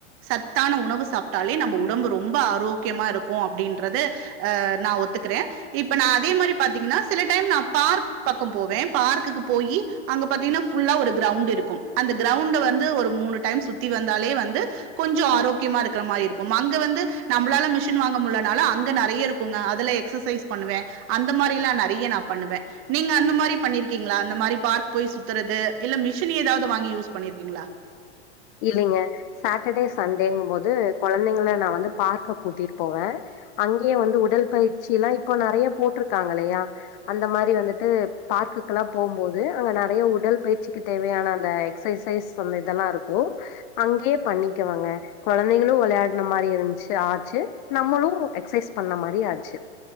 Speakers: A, on the right; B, on the left.
A: சத்தான ஒ உணவு சாப்ட்டாலே நம்ப உடம்பு ரொம்ப ஆரோக்கியமா இருக்கு அப்டின்றது அ நா ஒத்துக்றே இப்ப நா அதே மாரி பாத்தீங்ன்னா சில டைம் நா பார்க் பக்கம் போவேன் பார்க்குக்கு போயி அங்க பாத்தீங்ன்னா ஃபுல்லா ஒரு க்ரௌண்ட் இருக்கு அந்த க்ரௌண்ட வந்து ஒரு மூணு டைம் சுத்தி வந்தாலே வந்து கொஞ்சோ ஆரோக் கியமா இருக்கற மாரி இருக்கு அங்க வந்து நம்ப்ளால மிஷின் வாங்க முடிலனால அங்க நறைய இருக்குங்க அதுல எக்ஸசைஸ் பண்ணுவே அந்த மாரிலா நறைய நா பண்ணுவே நீங்க அந்த மாரி பண்ணிர்க்கீங்ளா அந்த மாரி பார்க் போய் சுத்துறது இல்ல மிஷின் ஏதாவது வாங்கி யூஸ் பண்ணிருக்கீங்ளா
B: இல்லைங்க சாட்டர்டே சண்டேங்கு போது கொளந்தைங்கல நா வந்து பார்க்க கூட்டிட்டு போவே அங்கேயே வந்து உடல் பயிற்சிலா இப்ப நறைய போட்ருக்காங்கலயா அந்த மாரி வந்துட்டு பார்க்குக்கெலா போம்போது அங்க நறைய உடல் பயிற்சிக்கு தேவையான அந்த எக்சசைஸ் சொல்லி இதெல்லா இருக்கு அங்யே பண்ணிக்குவாங்க கொழந்தைகளு வெளையாட்ன மாரி இருந்ச்சு ஆச்சு நம்மளு எக்சைஸ் பண்ண மாரியு ஆச்சு